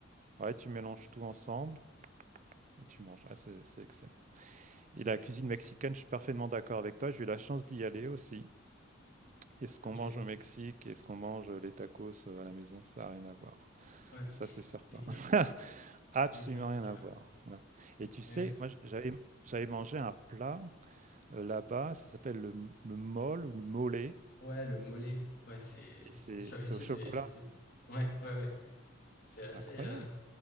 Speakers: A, on the right; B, on the left.
A: Ouais, tu mélanges tout ensemble et tu manges. Ouais, c'est c'est excellent et la cuisine mexicaine, je suis parfaitement d'accord avec toi. J'ai eu la chance d'y aller aussi et ce qu'on
B: OK,
A: mange au Mexique et ce qu'on mange, euh, les tacos, heu, à la maison, ça a rien à voir.
B: ouais,
A: Ça, c'est certain.
B: c'est clair.
A: <laughs> Absolument
B: C'est clair, c'est
A: rien
B: clair.
A: à voir. Ouais. Et tu
B: Mais
A: sais,
B: ouais, c
A: moi, j- j'avais j'avais mangé un plat euh, là-bas, ça s'appelle le, m- le mole ou le mollet,
B: ouais, le mollet, ouais, c'est
A: et
B: <laughs> ça
A: c'est c'est
B: aussi,
A: au chocolat.
B: c'est c'est ouais, ouais, ouais. C'est c'est assez,
A: C'est Incroyable.
B: euh,